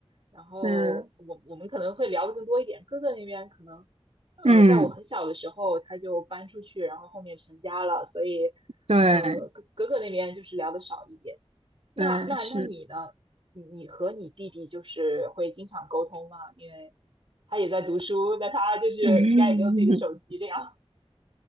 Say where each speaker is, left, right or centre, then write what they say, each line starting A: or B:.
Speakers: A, on the right; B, on the right.
A: 然后我我们可能会聊的更多一点，
B: 是，
A: 哥哥那边可能呃在我很小的时候他就搬出去，
B: 嗯，
A: 然后后面成家了，所以呃哥哥哥那边就是聊的少一点。
B: 对
A: 那那那你呢？
B: 对是，
A: 你你和你弟弟就是会经常沟通吗？因为他也在读书，那他就是应该也没有自己的手机这样。
B: 嗯，<laughs>